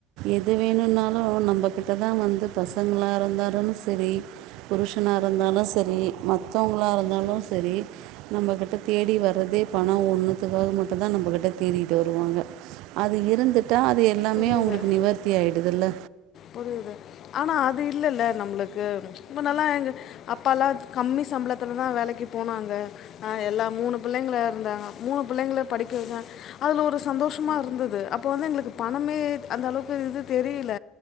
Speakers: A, on the right; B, on the left.
A: எது வேணுனாலு நம்மகிட்டதா வந்து பசங்ளா இருந்தாலு சரி புருஷனா இருந்தாலு சரி மத்தவங்களா இருந்தாலு சரி நம்ம கிட்ட தேடி வர்றதே பணொ ஒண்ணுதுக்காக மட்டுதா நம்ம கிட்ட தேடிட்டு வருவாங்க அது இருந்துட்டா அது எல்லாமே
B: புரியுது
A: அவங்களுக்கு நிவர்த்தி ஆய்டுதுல்ல
B: புரியுது ஆனா அது இல்லல்ல நம்ளுக்கு இப்ப நாளா அப்பல்லா கம்மி சம்பளத்துலதா வேலக்கி போனாங்க எல்லா மூணு பிள்ளைங்கள இருந்தாங்க மூணு பிள்ளைங்கள படிக்க வக்க அதுல ஒரு சந்தோஷொ இருந்தது அப்ப வந்து எங்களுக்கு பணமே அந்த அளவுக்கு இது தெரியல